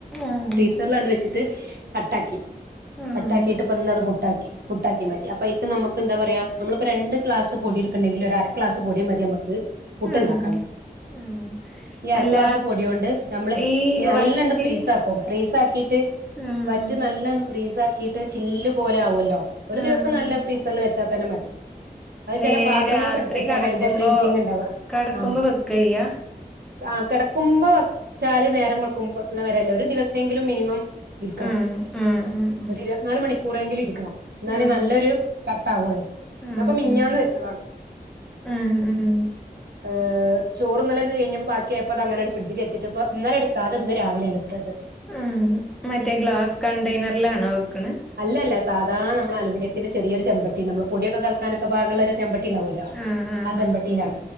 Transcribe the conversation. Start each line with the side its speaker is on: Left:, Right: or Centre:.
Centre: ആഹ് ആഹ്
Right: ഫ്രീസറിലാണ്ട് വെച്ചിട് ട്ട് കട്ടാക്കി...
Centre: ആഹ്
Right: കട്ടാക്കിട്ട്പ്പന്നത് ക്കി പുട്ടാക്കിമാറ്റി... അപ്പൊ ഐക്ക് നമക്കെന്താ പറയാ.. നമ്മള്‌പ്പോ രണ്ട് ക്ലാസ് പൊടിട്ക്ക്ണ്ടെങ്കിൽ ഒരരക്ലാസ് പൊടി മതി... നമക്ക് പുട്ട്ണ്ടാക്കാൻ.
Centre: ഉം ഉം
Right: ഈ അരക്ലാസ്
Centre: അല്ല
Right: പൊടിയോണ്ട് നമ്മള്
Centre: ഈ
Right: ഇ നല്ലണ്ട്
Centre: വറ്റ്
Right: ഫ്രീസാക്കും ഫ്രീസാ ട്ട്
Centre: ആഹ്
Right: വറ്റ് നല്ലണ്ട് ഫ്രീസാക്കീട്ട് ചില്ല് പോലെ ആവൊല്ലോ. ഒരു
Centre: ആഹ്
Right: ദിവസം നല്ല ഫ്രീസറിൽ വെച്ചാത്തന്നെ മതി. അത് ചെല
Centre: എങ്ങനെ
Right: പാത്രങ്ങൾക്കനുസരിച്ചാണ്
Centre: രാത്രി കടക്കുമ്പോ
Right: അയ്ൻ്റെ ഫ്രീസിങ്ണ്ടാവ...
Centre: കടക്കുമ്പോ
Right: ആ..
Centre: വെക്ക ചെയ്യാ
Right: ആ കെട്ക്കുമ്പോ വെച്ചാല് നേരം വേൾക്കുബ്ന്ന വരെല്ലേ ഒരു ദിവസേങ്കിലും മിനിമം ഇരിക്കണം,
Centre: ആഹ് ആഹ് ആഹ്
Right: ഒരിര്വത്ത്നാല് മണിക്കൂറെങ്കിലും ഇരിക്കണം. എന്നാലെ
Centre: ആഹ്
Right: നല്ലൊരു കട്ട ആകൊള്ളൂ...
Centre: ആഹ്
Right: ഞാപ്പൊ മിഞ്ഞാന്ന്
Centre: ആഹ്
Right: വെച്ചതാണ്.
Centre: ഉം.. ഉം
Right: അ് ചോറ്ന്നലൊക്കെ കഴിഞ്ഞപ്പോ ബാക്കിയയപ്പോ തങ്ങനെണ് ഫ്രിഡ്ജ്കെച്ചിട്ട്പ്പോ ഇന്നലെടുക്കാതെ ഇന്ന് രാവിലെ ടുത്തത്.
Centre: ഉം മറ്റേ ഗ്ലാസ് കണ്ടെയ്നറിലാണോ വെക്ക്ണ്?
Right: അല്ലല്ല സാധാ നമ്മള അലുമിനിയത്തിൻ്റെ ചെറിയൊരു ചെമ്പട്ടിണ്ട്, നമ്മൾ പൊടിയൊക്കെ കൽക്കാനൊക്കൊ പാകള്ളൊരു ചെമ്പട്ടി ണ്ടാവുല്ലോ
Centre: ആഹ് ആഹ്
Right: ആ ചെമ്പട്ടിയിലാണ്.